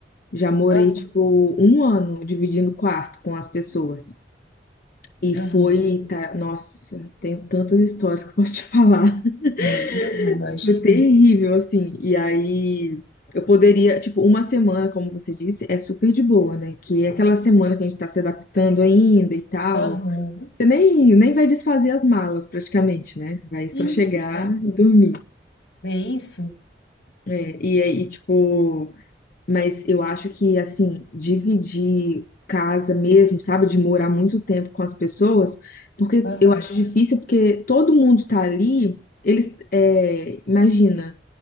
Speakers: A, on the left (about 50°); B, on the left (about 85°).
A: Já morei
B: aham,
A: tipo um ano dividindo quarto com as pessoas. E
B: aham.
A: foi, tá, nossa, tenho tantas histórias que eu posso te falar.
B: Meu Deus, eu imagino.
A: <laughs> Foi terrível, assim. E aí eu poderia, tipo, uma semana, como você disse, é super de boa, né? Que é aquela semana que a gente tá se adaptando ainda e tal.
B: Aham,
A: Você nem, nem vai desfazer as malas praticamente, né? Vai
B: sim,
A: só chegar
B: aham.
A: e dormir.
B: Bem isso?
A: É, e aí, tipo, Mas eu acho que, assim, dividir casa mesmo, sabe, de morar muito tempo com as pessoas, porque
B: Aham,
A: eu acho difícil, porque todo mundo tá ali, eles, é, imagina,